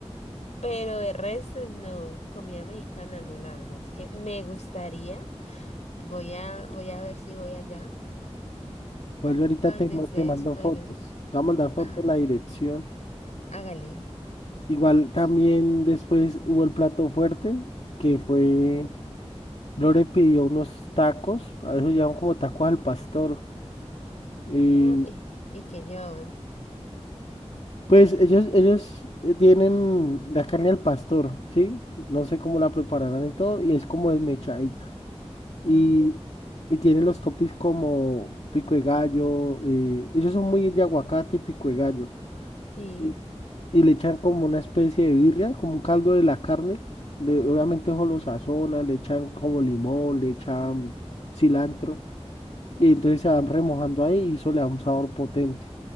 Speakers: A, on the left (about 85°); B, on the left (about 65°).
A: pero de resto no, comida mexicana no, la verdad es que me gustaría, voy a, voy a ver si voy allá
B: Igual yo ahorita
A: a
B: te,
A: donde
B: ma-
A: ustedes
B: te mando
A: fueron.
B: fotos. Te voy a mandar fotos,
A: Ah,
B: la dirección.
A: hágale.
B: Igual también después hubo el plato fuerte, que fue, Lore pidió unos tacos, a eso llaman como tacos al pastor. Y
A: Ah, y, y que llevaban.
B: pues ellos, ellos eh, tienen la carne al pastor, ¿sí? No sé cómo la prepararán y todo, y es como desmechadita. Y,
A: Ah,
B: y tienen los topis como pico de gallo, eh, ellos son muy de aguacate y pico de gallo.
A: sí.
B: y, y le echan como una especie de birria, como un caldo de la carne. de- obviamente eso lo sazonan, le echan como limón, le echan cilantro. Y
A: Mm,
B: entonces se van remojando ahí y eso le da un sabor potente.